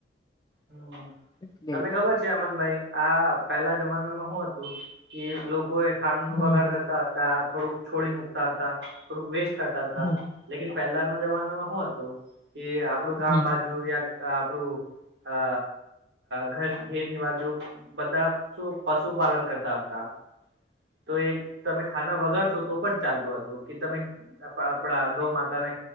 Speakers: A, on the right (about 70°); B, on the left (about 20°).
A: હમ્મ
B: એટલે
A: તમે ખબર છે, અમનભાઈ આ પેલા જમાનામાં હું હતું કે લોકો એ ખાંડ નું
B: હમ
A: બગાડ કરતા થોડુંક છોડી મુકતા હતા થોડુંક વેસ્ટ કરતા હતા,
B: હમ
A: લેકિન પહેલાના જમાનામાં હું હતું કે આપડું ગામ
B: હમ
A: બાજુ યા આપણું અ ઘર ઘે નિવાજુ બધા શું પશુપાલન કરતા હતા, તો એક તમે ખાના વગાડશો તો પણ ચાલતો હતો, કે તમે આપણા ગૌ માતા ને